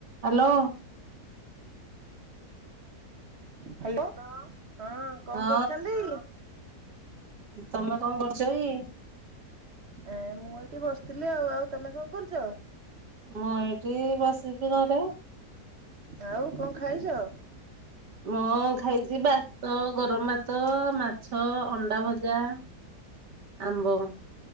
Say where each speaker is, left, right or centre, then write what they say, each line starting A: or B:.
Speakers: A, on the right; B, on the right.
A: Hello.
B: Hello ହଁ କଣ
A: ହଁ
B: କରୁଚନ୍ତି?
A: ତମେ କଣ କରୁଚ କି?
B: ଏ ମୁଁ ଏଇଠି ବସିଥିଲି ଆଉ, ଆଉ ତମେ କଣ କରୁଚ?
A: ମୁଁ ଏଇଠି ବସିଚି ଘରେ।
B: ଆଉ କଣ ଖାଇଚ?
A: ମୋ ଖାଇଛି ଭାତ, ଗରମ
B: ଉୁଁ
A: ଭାତ, ମାଛ, ଅଣ୍ଡା ଭଜା। ଆମ୍ବ।